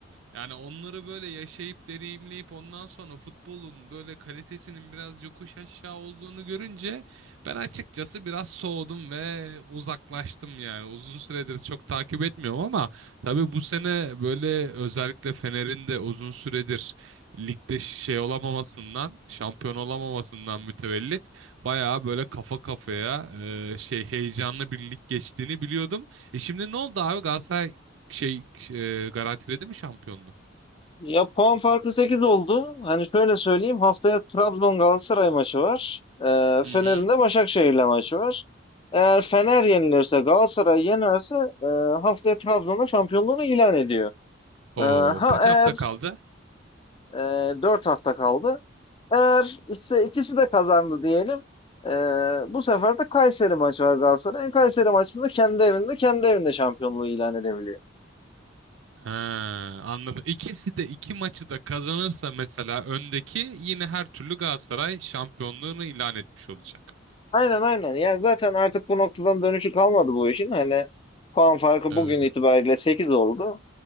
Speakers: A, on the right (about 80°); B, on the left (about 25°).
A: Yani onları böyle yaşayıp deneyimleyip ondan sonra futbolun böyle kalitesinin biraz yokuş aşağı olduğunu görünce ben açıkçası biraz soğudum ve uzaklaştım yani. Uzun süredir çok takip etmiyorum ama tabii bu sene böyle özellikle Fener'in de uzun süredir ligde şey olamamasından, şampiyon olamamasından mütevellit bayağı böyle kafa kafaya e, şey heyecanlı bir lig geçtiğini biliyordum. E şimdi ne oldu abi Galatasaray şey e, garantiledi mi şampiyonluğu?
B: Ya puan farkı 8 oldu. Hani şöyle söyleyeyim. Haftaya Trabzon Galatasaray maçı var. Ee,
A: Hı
B: Fener'in
A: hı.
B: de Başakşehir'le maçı var. Eğer Fener yenilirse, Galatasaray yenerse e, haftaya Trabzon'da şampiyonluğunu ilan ediyor.
A: O
B: Ee, ha
A: kaç
B: eğer
A: hafta kaldı?
B: e, 4 hafta kaldı. Eğer işte ikisi de kazandı diyelim. e, bu sefer de Kayseri maçı var Galatasaray'ın. Kayseri maçında kendi evinde, kendi evinde şampiyonluğu ilan edebiliyor.
A: Ha, anladım. İkisi de iki maçı da kazanırsa mesela öndeki yine her türlü Galatasaray şampiyonluğunu ilan etmiş olacak.
B: Aynen aynen. Ya zaten artık bu noktadan dönüşü kalmadı bu işin. Hani puan farkı
A: Evet.
B: bugün itibariyle 8 oldu.